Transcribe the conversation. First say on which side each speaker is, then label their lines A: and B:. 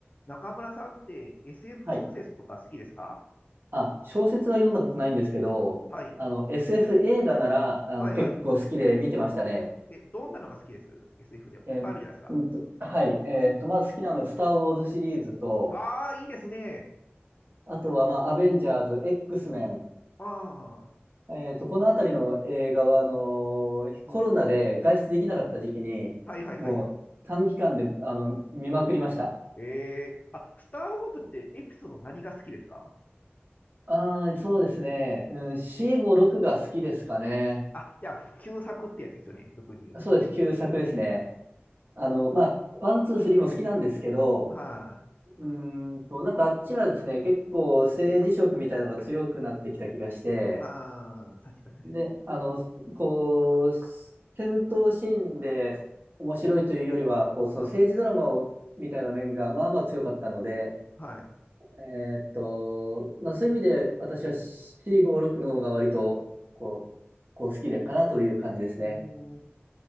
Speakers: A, on the left; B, on the right.
A: 中村さんって SF
B: はい。
A: 小説とか好きですか
B: あ、小説は読んだことないんですけど、
A: はい。
B: あの、SF 映画なら、あの、
A: はいはい。
B: 結構好きで見てましたね。
A: え、どんなのが好きです ?SF でいっぱいあるじゃないですか。
B: えー、うんと、はい。えーっと、まず好きなの、スター・ウォーズシリーズと、
A: ああ、いいですね。
B: あとは、まあ、アベンジャーズ、X メン。
A: ああ、
B: えーっと、このあたりの映画は、あのーコロナで外出できなかった時期に、
A: うん。はいはいはい。
B: もう短期間で、あの、見まくりました。
A: えー、あ、スター・ウォーズってエピソード何が好きですか
B: ああ、そうですね。うん、4、5、6が好きですかね。
A: あ、じゃあ、旧作ってやつですよね、俗に言う。
B: そうです。旧作ですね。
A: うん。
B: あの、まあ、ワン、ツー、スリーも好きなんですけど、
A: はい、
B: うーんと、なんかあっちはですね、結構政治色みたいなのが強くなってきた気がして、
A: あ。ああ、確かに確かに。
B: で、あの、こう、戦闘シーンで面白いというよりは、こう、その政治ドラマをみたいな面がまあまあ強かったので、
A: あはい。
B: えーっと、まあ、そういう意味で私は C56 の方が割と、こう、こう好きでかなという感じですね。
A: うーん。